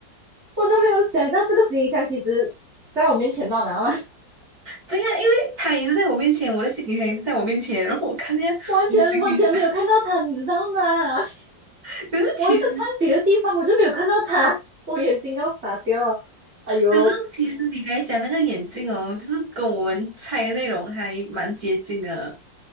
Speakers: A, on the right; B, on the right.
A: 我都没有想到这个行李箱其实在我面前嘛，然后呢？
B: 对呀，因为他也是在我面前，我的行李箱也是在我面前，然后我看见我的行李箱，
A: 完全完全没有看到他，你知道吗？
B: <laughs>
A: <laughs>
B: 可是其实
A: 我一直看别的地方，我就没有看到他，<laughs> 我眼睛要傻掉了。哎呦
B: 可是其实你刚才讲那个眼镜哦，就是跟我们猜的内容还蛮接近的。